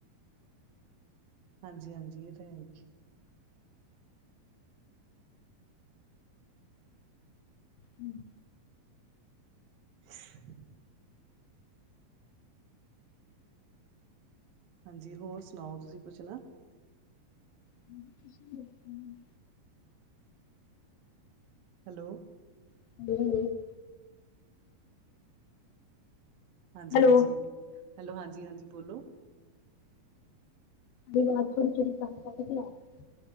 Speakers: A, on the right; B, on the left.
A: ਹਾਂਜੀ, ਹਾਂਜੀ, ਇਹ ਤਾਂ ਹੈ ਈ।
B: ਹਂ
A: <unintelligible> ਹਾਂਜੀ, ਹੋਰ ਸੁਣਾਓ, ਤੁਸੀਂ ਕੁਛ ਨਾਂ।
B: ਹ ਤੁਸੀ <unintelligible>
A: ਹੈਲੋ।
B: <unintelligible>
A: ਹਾਂਜੀ
B: ਹੈਲੋ
A: ਹਾਂਜੀ, ਹੈਲੋ ਹਾਂਜੀ, ਹਾਂਜੀ ਬੋਲੋ।
B: ਆਵਾ ਥੋੜੀ ਚਿਰੀ ਪਾ ਕੇ ਆ <unintelligible>